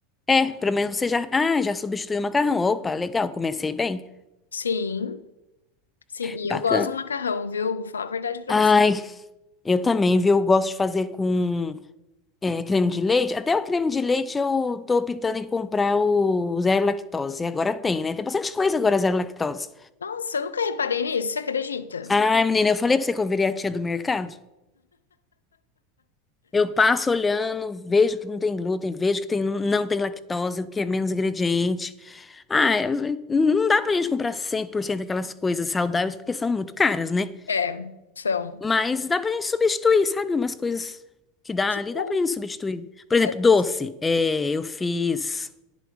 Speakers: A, on the left (about 15°); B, on the left (about 90°).
A: É, pelo menos você já. Ah, já substituiu o macarrão. Opa, legal, comecei bem.
B: Sim. Sim, e
A: Bacana.
B: eu gosto do macarrão, viu? Vou falar a verdade pra
A: Ai,
B: você.
A: eu também, viu? eu Gosto de fazer com é, creme de leite. Até o creme de leite eu tô optando em comprar o zero lactose. Agora tem, né? Tem bastante coisa agora zero lactose.
B: Nossa, eu nunca reparei nisso, você acredita?
A: Ai, menina, eu falei pra você que eu virei a tia do mercado. Eu passo olhando, vejo que não tem glúten, vejo que tem, não tem lactose, o que é menos ingrediente. Ah, eu- não dá pra gente comprar 100% aquelas coisas saudáveis, porque são muito caras, né?
B: É, são.
A: Mas dá pra gente substituir, sabe? Umas coisas que dá
B: Que
A: ali,
B: bom,
A: dá pra gente substituir. Por exemplo,
B: é bom
A: doce.
B: saber.
A: É, eu fiz,